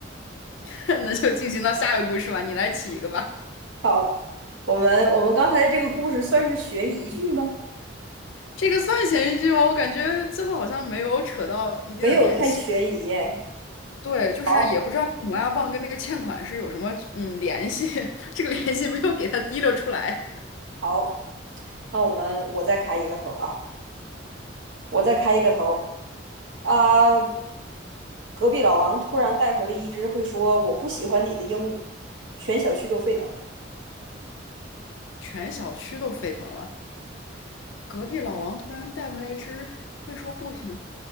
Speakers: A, on the left; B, on the right.
A: <laughs> 那就进行到下一个故事吧，你来起一个吧。
B: 好，我们我们刚才的这个故事算是悬疑剧吗？
A: 这个算前一句吗？我感觉最后好像没有扯到一定的联系。
B: 没有太悬疑哎。
A: 对，就是也不知道这个磨牙棒跟那个欠款是有什么嗯联系，
B: 好，
A: <laughs> 这个联系没有给他提溜出来，
B: 好，那我们我再开一个头啊，我再开一个头啊。隔壁老王突然带回了一只会说“我不喜欢你”的鹦鹉，全小区都沸腾了。
A: 全小区都沸腾了。隔壁老王突然带回来一只会说不行，